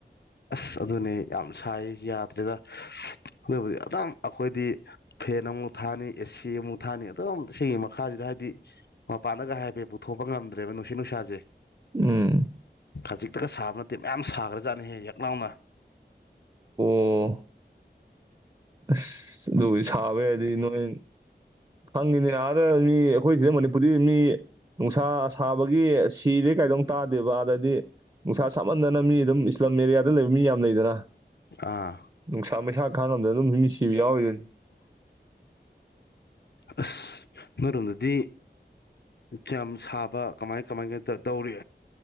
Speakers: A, on the left; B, on the right.
A: ꯑꯁ ꯑꯗꯨꯅꯦ ꯌꯥꯝ ꯁꯥꯏꯌꯦ ꯌꯥꯗ꯭ꯔꯦꯗ ꯑꯗꯨꯕꯨꯗꯤ ꯑꯗꯨꯝ ꯑꯩꯈꯣꯏꯗꯤ ꯐꯦꯟ ꯑꯃꯨꯛ ꯊꯥꯅꯤ ꯑꯦꯁꯤ ꯑꯃꯨꯛ ꯊꯥꯅꯤ ꯑꯗꯨꯝ ꯁꯤꯒꯤ ꯃꯈꯥꯁꯤꯗ ꯍꯥꯏꯕꯗꯤ ꯃꯄꯥꯟꯗꯒ ꯍꯥꯏꯐꯦꯠ ꯄꯨꯊꯣꯛꯄ ꯉꯝꯗ꯭ꯔꯦꯕ ꯅꯨꯡꯁꯤꯠ ꯅꯨꯡꯁꯥꯁꯦ
B: ꯎꯝ
A: ꯈꯖꯤꯛꯇꯒ ꯁꯥꯕ ꯅꯠꯇꯦ ꯃꯌꯥꯝ ꯁꯥꯒ꯭ꯔꯖꯥꯠꯅꯦꯍꯦ ꯅꯥꯎꯅ
B: ꯑꯣ ꯑꯁ ꯑꯗꯨꯕꯨꯗꯤ ꯁꯥꯕ ꯍꯥꯏꯔꯗꯤ ꯅꯣꯏ ꯈꯪꯅꯤ ꯑꯥꯗ ꯃꯤ ꯑꯩꯈꯣꯏ ꯁꯤꯗ ꯃꯅꯤꯄꯨꯔꯗꯤ ꯃꯤ ꯅꯨꯡꯁꯥ ꯁꯥꯕꯒꯤ ꯁꯤꯔꯦ ꯀꯥꯏꯗꯣ ꯑꯝꯨꯛ ꯇꯥꯗꯦꯕ ꯑꯥꯗꯗꯤ ꯅꯨꯡꯁꯥ ꯁꯥꯃꯟꯗꯅ ꯃꯤ ꯑꯗꯨꯝ ꯏꯁꯂꯝ ꯑꯦꯔꯤꯌꯥꯗ ꯂꯩꯕ ꯃꯤ ꯌꯥꯝ ꯂꯩꯗꯅ
A: ꯑꯥ
B: ꯅꯨꯡꯁꯥ ꯃꯩꯁꯥ ꯈꯥꯡ ꯑꯗꯨꯝ ꯃꯤ ꯁꯤꯕ ꯌꯥꯎꯔꯤꯕꯅꯤ
A: ꯑꯁ ꯅꯣꯏꯔꯣꯝꯗꯗꯤ ꯌꯥꯝ ꯁꯥꯕ ꯀꯃꯥꯏ ꯀꯃꯥꯏ ꯀ ꯇꯧꯔꯤ